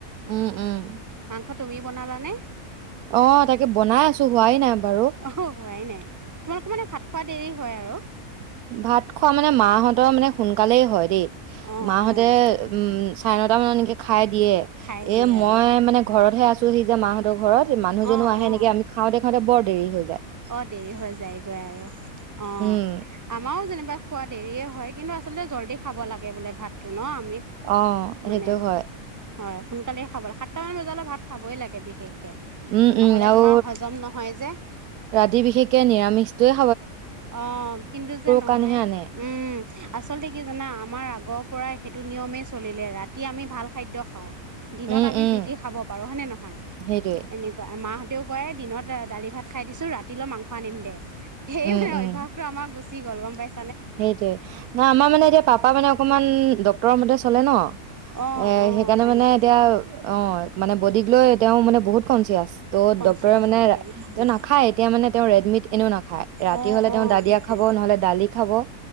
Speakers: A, on the right; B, on the right.
A: উম উম
B: মাংস তুমিও বনালা নে
A: অ তাকে বনাই আছো হোৱাই নাই বাৰু।
B: অ হোৱাইনাই তোমালোকৰ মানে ভাত খোৱা দেৰি হয় আৰু
A: ভাত খোৱা মানে মাহঁতৰ মানে সোনকালেই হয় দেই
B: অঁ
A: মাহঁতে
B: অঁ
A: উম চাৰে নটা মানত এনেকে খাই দিয়ে এ
B: খাই দিয়ে
A: মই
B: আৰু।
A: মানে ঘৰতহে আছো সি যা মাহত <unintelligible> ঘৰত মানুহজনো
B: অঁ
A: আহে
B: অঁ
A: নেকী আমি খাওঁ দে সিহঁতে বৰ দেৰি হৈ যায়
B: অ দেৰি হৈ যায়গৈ আৰু অ
A: উম
B: আমাৰও যেনিবা খোৱা দেৰিয়ে হয় কিন্তু আচলতে জল্দি খাব লাগে বোলে ভাতটো ন আমি
A: অ সেইটো
B: মানে
A: হয়
B: হয় সোনকালে খাবল সাতটামান বজালে ভাত খাবই লাগে বিশেষ
A: উম উম
B: নহলে
A: আৰু
B: তোমাৰ হজম নহয় যে
A: ৰাতি বিশেষকে নিৰামিষটোৱে
B: অ কিন্তু যে নহয়
A: কাৰণেহে আনে
B: উম আচলতে কি জানা আমাৰ আগৰ পৰা সেইটো নিয়মেই চলিলে ৰাতি আমি ভাল খাদ্য খাওঁ দিনত
A: উম
B: আমি
A: উম
B: যি তি খাব পাৰো হয়নে নহয়
A: সেইটোৱে
B: এনেকুৱা মাহ তেওঁও কয় দিনত দালি ভাত খাই দিছোঁ ৰাতিলৈ মাংস আনিম দে সেই
A: উম উম
B: অভ্যাস টো আামাৰ গুচি- গ'ল গম পাই-
A: সেইটোৱে নাই আমাৰ মানে এতিয়া পাপা মানে অকমান ডক্তৰৰ মতে চলে ন
B: অ',
A: এ
B: অ',
A: সেইকাৰণে
B: হয়
A: মানে
B: নেকি?
A: এতিয়া অ মানে বডীক লৈ তেওঁ মানে বহুত কনচিয়াচ ত
B: কনচিয়াছ
A: ডক্তৰে মানে
B: হৈ থাকে উম
A: তেওঁ নাখায় এতিয়া মানে তেওঁ ৰেডমিট এনেও নাখায় ৰাতি
B: অ',
A: হলে
B: অ',
A: তেওঁ দালিয়া
B: সেইটোয়ে
A: খাব নহলে দালি খাব